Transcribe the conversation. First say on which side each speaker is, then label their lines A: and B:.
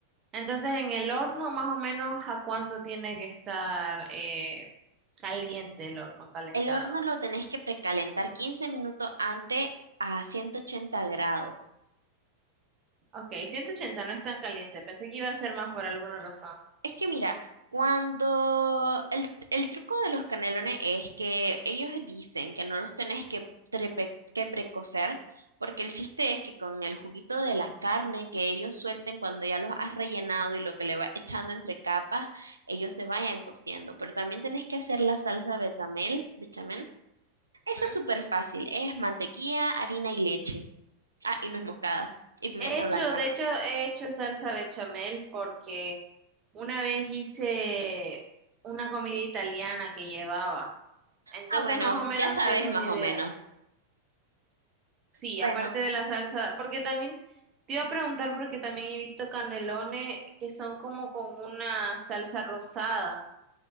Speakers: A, on the right; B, on the right.
A: Entonces, en el horno, más o menos, ¿a cuánto tiene que estar eh, caliente el horno, calentado?
B: El horno lo tenés que precalentar 15 minutos antes a 180 grados.
A: Ok, 180 no es tan caliente. Pensé que iba a ser más por alguna razón.
B: Es que mira, cuando el, el truco de los canelones es que ellos dicen que no los tenés que, trepe- que precocer, porque el chiste es que con el juguito de la carne que ellos suelten cuando ya los has rellenado y lo que le vas echando entre capas, ellos se vayan cociendo. Pero también tenés que hacer la salsa bechamel, bechamel. Esa
A: ¿Mm?
B: es súper fácil, es mantequilla, harina y leche. Ah, y nuez moscada. Y pimienta
A: He hecho,
B: blanca.
A: de hecho, he hecho salsa bechamel porque una vez hice una comida italiana que llevaba. Entonces,
B: Ah, bueno,
A: más o menos
B: ya sabes
A: tengo una
B: más
A: idea.
B: o menos.
A: Sí,
B: Bueno,
A: aparte de la salsa, porque también te iba a preguntar porque también he visto canelones que son como con una salsa rosada.